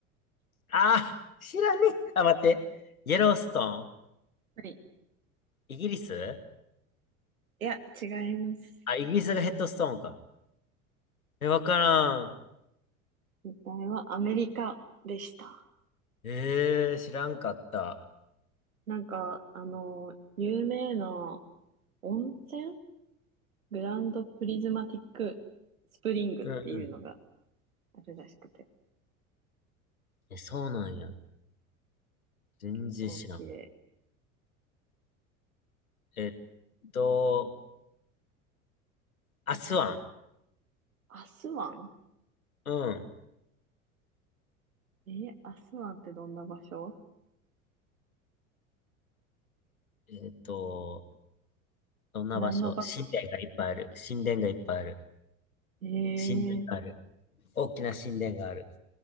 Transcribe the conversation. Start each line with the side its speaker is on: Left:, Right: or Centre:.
Left: あー、知らねえ。あ、待って。イエローストーン
Right: はい。
Left: イギリス
Right: いや、違います。
Left: あ、イギリスがヘッドストーンか。え、わからん。
Right: 実際はアメリカでした。
Left: えー、知らんかった。
Right: なんか、あの、有名な温泉グランドプリズマティックスプリングっていうのが
Left: うんう
Right: あるらしくて、
Left: ん。え、そうなんや。全然知らん。
Right: 結構綺麗。
Left: えっと、アスワン。
Right: アスワン
Left: うん。
Right: えーアスワンってどんな場所
Left: えっと、どんな場所神殿がいっぱいある。
Right: 何の場所
Left: 神殿がいっぱいある。
Right: えー、
Left: 神殿がある。大きな神殿がある。